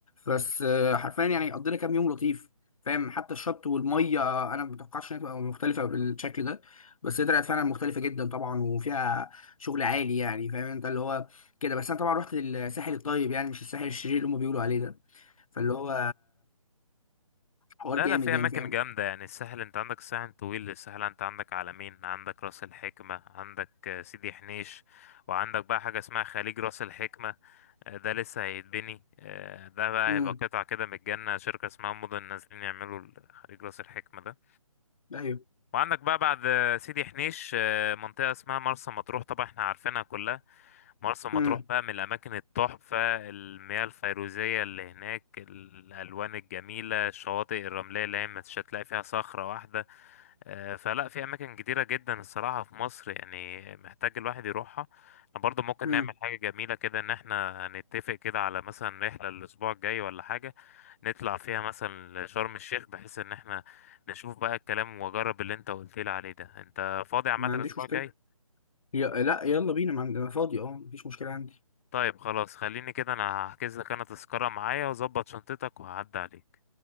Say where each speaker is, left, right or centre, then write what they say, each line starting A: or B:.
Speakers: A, on the left (about 70°); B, on the left (about 25°).
A: بس آه، حرفيا يعني قضينا كام يوم لطيف فاهم حتى الشط والميه انا ما متوقعش انها تبقى مختلفه بالشكل ده بس هي طلعت فعلا مختلفه جدا طبعا وفيها شغل عالي يعني فاهم انت اللي هو كده بس انا طبعا رحت للساحل الطيب يعني مش الساحل الشرير اللي هم بيقولوا عليه ده فاللي هو حوار
B: لا
A: جامد
B: لا في
A: يعني
B: اماكن
A: فاهم
B: جامده يعني الساحل انت عندك الساحل طويل الساحل انت عندك عالمين عندك راس الحكمه عندك آه، سيدي حنيش وعندك بقى حاجه اسمها خليج راس الحكمه آه، ده لسه هيتبني آه، ده بقى
A: امم
B: هيبقى قطعه كده من الجنه شركه اسمها مدن نازلين يعملوا ال- خليج راس الحكمه ده
A: ايوه
B: وعندك بقى بعد آه، سيدي حنيش آه، منطقه اسمها مرسى مطروح طبعا احنا عارفينها كلها مرسى مطروح
A: مم.
B: بقى من الأماكن التحفة المياه الفيروزية اللي هناك الألوان الجميلة الشواطئ الرملية اللي هي مش هتلاقي فيها صخرة واحدة آه، فلا في أماكن كتيرة جدا الصراحة في مصر يعني محتاج الواحد يروحها احنا برضه ممكن
A: مم.
B: نعمل حاجة جميلة كده إن احنا نتفق كده على مثلا رحلة الأسبوع الجاي ولا حاجة نطلع فيها مثلا شرم الشيخ بحيث إن احنا نشوف بقى الكلام وأجرب اللي أنت قلت لي عليه ده أنت فاضي عامة
A: ما عنديش
B: الأسبوع
A: مشكلة
B: الجاي
A: ي... لا يلا بينا ما عندنا فاضي اه مفيش مشكلة عندي
B: طيب خلاص خليني كده انا هحجز لك انا تذكرة معايا واظبط شنطتك وهعدي عليك